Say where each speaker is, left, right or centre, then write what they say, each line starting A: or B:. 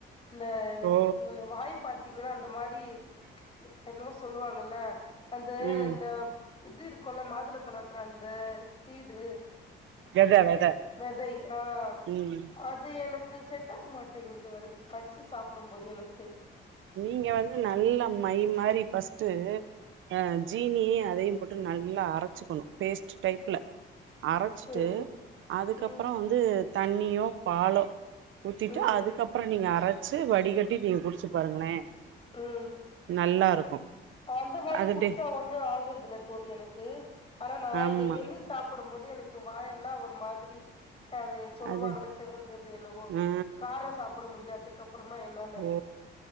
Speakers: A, on the left; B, on the right.
A: இந்த
B: ஓ
A: வாய் பாத்தீங்கன்னா அந்த மாரி என்னவோ சொல்லுவாங்கல்ல அந்த
B: ம்
A: இந்த இது இருக்குல்ல மாதுள பழத்துல அந்த சீடு
B: வெத வெத
A: வெதை ஆ
B: ம்
A: அது எனக் கு செட் ஆக மாட்டேங்கிது அது கடுச்சு சாப்புடம் போது எனக்கு
B: நீங்க வந்து நல்லா மை மாரி ஃபஸ்ட்டு ஆ ஜீனியியு அதையு போட்டு நல்லா அரச்சுக்குணு பேஸ்ட்டு டைப்ல அரச்சுட்டு
A: சேரி
B: அதுக்கப்புறோ
A: ம்
B: வந்து தண்ணியோ பாலோ ஊத்திட்டு
A: ம்
B: அதுக்கப்புறோ நீங்க அரச்சு வடிகட்டி நீங்க குடிச்சு பாருங்ளே
A: ம்
B: நல்லா இருக்கு
A: அந்த மாரி
B: அது
A: குடிச்சா
B: டே
A: ஒன்னு ஆகுறதில்ல தோழி எனக்கு ஆனா நான்
B: ஆமா
A: இத மென்னு சாப் புடும்போது எனக்கு வாயெல்லா ஒரு மாதிரி அது சொல்லுவாங்கள
B: அது
A: செவந்தது என்னவோ
B: ஆ
A: காரோ சாப்புட முடில அது கப்புறமா என்னால
B: ஓ